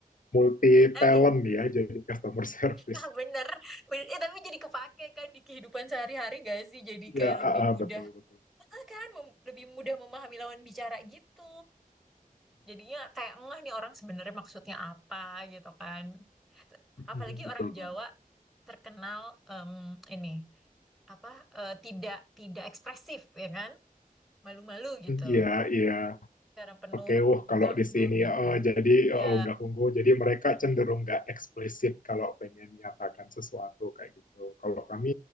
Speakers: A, on the left; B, in the centre.
A: multi
B: Tapi
A: talent ya, jadi customer <laughs> service.
B: ah, bener, bener. Eh, tapi jadi kepake kan di kehidupan sehari-hari gak sih? Jadi kayak
A: ya ah,
B: lebih
A: ah,
B: mudah,
A: betul betul.
B: ah, kan Mem- lebih mudah memahami lawan bicara gitu. Jadinya kayak ngeh nih orang sebenarnya maksudnya apa gitu kan.
A: <laughs>
B: Apalagi
A: Betul
B: orang Jawa
A: banget.
B: terkenal em, ini apa eh, tidak tidak ekspresif ya kan, malu-malu gitu.
A: Iya, iya.
B: Karena penuh
A: Oke, wah
B: unggah-ungguh
A: kalau di sini
B: gitu.
A: eh, jadi eh,
B: Ya.
A: nggak unggul, jadi mereka cenderung nggak eksplisit kalau pengen nyatakan sesuatu kayak gitu. Kalau kami